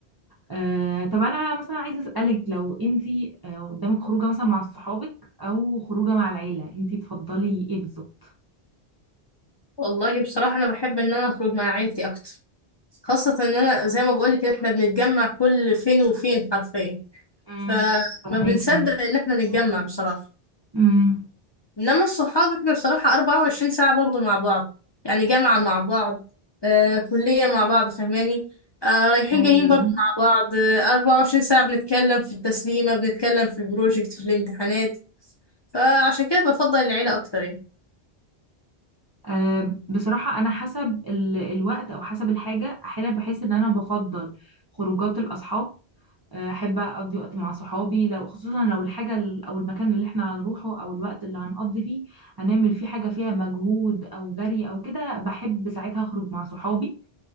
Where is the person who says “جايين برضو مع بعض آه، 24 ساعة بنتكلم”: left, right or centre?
Left